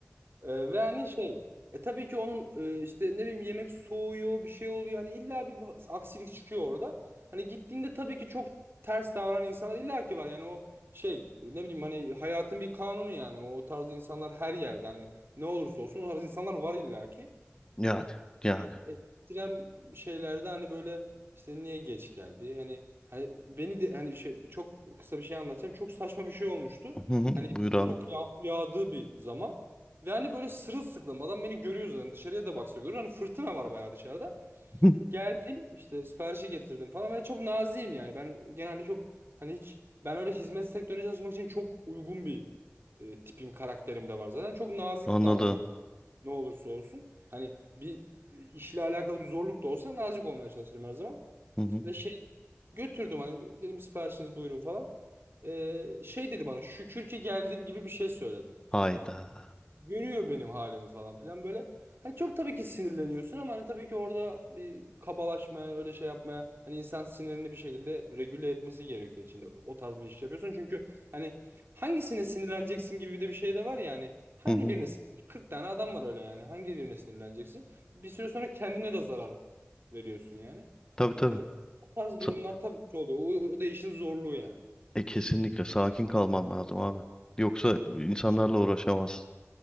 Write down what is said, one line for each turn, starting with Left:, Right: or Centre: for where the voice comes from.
Right: Ee, ve hani şey e, tabii ki onun e, işte ne bileyim yemek soğuyor bir şey oluyor. Yani illa bir aksilik çıkıyor orada. Hani gittiğinde tabii ki çok ters davranan insanlar illa ki var. Yani o şey e, ne bileyim hani hayatın bir kanunu yani o tarz insanlar her yerde hani ne olursa olsun o tarz insanlar var illa ki
Left: Yani. Yani.
Right: ekstrem şeylerde hani böyle işte niye geç geldi? Hani hani beni de hani şey çok kısa bir şey anlatacağım. Çok saçma bir şey olmuştu.
Left: Hı hı.
Right: Hani
Left: Buyur abi.
Right: çok yağmur yağdığı bir zaman ve hani böyle sırılsıklam adam beni görüyor zaten dışarıya da baksa görüyor. Hani fırtına var bayağı dışarıda.
Left: <laughs> Hı,
Right: Geldim işte siparişi getirdim falan ve çok naziyim yani. Ben genelde çok hani hiç ben öyle hizmet sektörüne çalışmak için çok uygun bir e, tipim karakterim de var zaten. Çok nazik
Left: Anladım.
Right: davranmaya ne olursa olsun. Hani bir e, işle alakalı bir zorluk da olsa nazik olmaya çalışırım her zaman.
Left: Hı hı.
Right: Ve şey götürdüm hani dedim siparişiniz buyurun falan. Ee, şey dedi bana şükür ki geldin gibi bir şey söyledi
Left: Hayda.
Right: görüyor benim halimi falan filan böyle. Hani çok tabii ki sinirleniyorsun ama hani tabii ki orada bir kabalaşmaya, öyle şey yapmaya hani insan sinirini bir şekilde regüle etmesi gerekiyor içinde. O tarz bir iş yapıyorsun çünkü hani hangisine sinirleneceksin gibi de bir şey de var ya hani hangi
Left: Hı hı.
Right: birine sinirleneceksin? 40 tane adam var öyle yani. Hangi birine sinirleneceksin? Bir süre sonra kendine de zarar veriyorsun yani.
Left: Tabii tabii.
Right: Ee, o tarz durumlar
Left: Sa-
Right: tabii ki oluyor. O, o da işin zorluğu yani.
Left: e, kesinlikle sakin kalman lazım abi. Yoksa insanlarla uğraşamazsın.